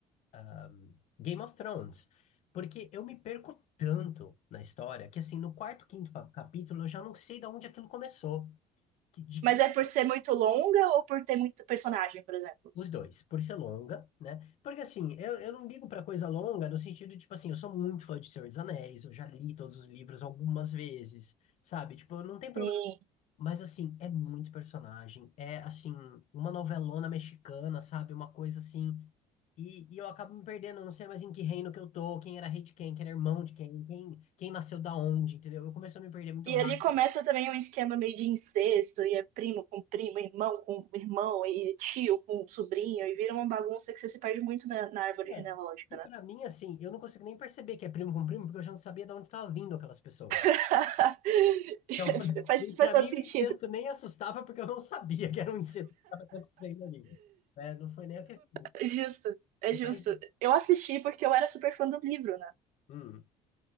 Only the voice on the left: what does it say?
ahm, Game of Thrones. Porque eu me perco tanto na história que, assim, no quarto, quinto pa- capítulo eu já não sei de onde aquilo começou. Que- de que-
os dois, por ser longa, né? Porque, assim, eu, eu não ligo pra coisa longa no sentido, tipo assim, eu sou muito fã de Senhor dos Anéis, eu já li todos os livros algumas vezes, sabe? Tipo, não tem
Mas assim, é muito personagem. É assim, uma novelona mexicana, sabe? Uma coisa assim. E, e eu acabo me perdendo, eu não sei mais em que reino que eu tô, quem era rei de quem, quem era irmão de quem, quem, quem nasceu da onde, entendeu? Eu começo a me perder muito
rápido.
É, e
pra mim, assim, eu não consigo nem perceber que é primo com primo, porque eu já não sabia de onde tava vindo aquelas pessoas.
Então, <laughs>
pra
mim,
o incesto nem assustava, porque eu não sabia que era um incesto que estava acontecendo ali. né? não foi nem a questão.
Mas,
hum,